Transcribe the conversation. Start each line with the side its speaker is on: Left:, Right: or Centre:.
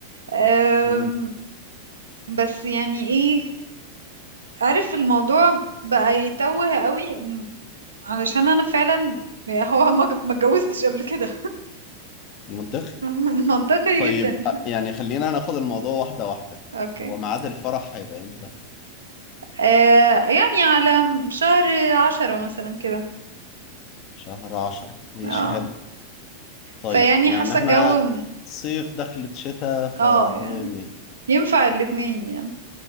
Right: آم،
Left: مم.
Right: بس يعني ايه عارف الموضوع بقى يتوه قوي م- علشان انا فعلا يعني هو ما ج- ما اتجوزتش قبل كده
Left: منطقي
Right: <laughs> منطقي
Left: طيب
Right: جدا
Left: أ- يعني خلينا ناخد الموضوع واحده واحده
Right: اوكي
Left: هو ميعاد الفرح هيبقى امتى
Right: آه، يعني على شهر عشرة مثلا كده
Left: شهر عشرة ماشي
Right: اه
Left: حلو طيب
Right: فيعني
Left: يعني
Right: حاسة
Left: احنا
Right: الجو م-
Left: صيف دخلت شتاء فتمام
Right: اه يعني
Left: يعني
Right: ينفع الاتنين يعني